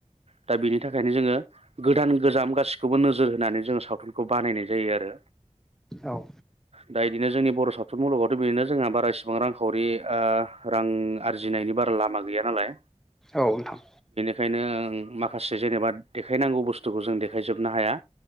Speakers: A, on the right; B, in the centre.
A: दा बिन थाखायनो जोङो गोदान गोजाम गासिखौबो नोजोर होनानै जोङो सावथुनखौब बानायनाय जायो आरो
B: औ
A: दा यिदिनो जोंनिब बर' सावथुन मुलुगावथ' बेनो जोंहा बारा इसेबां रांखावरि रां आरजिनायनि बारा लामा गैया नालाय।
B: औ नोंथां।
A: खायनो ओं माखास जेनबा देखायनांगौ बुस्थुखौ जों देखायजोबनो हाया।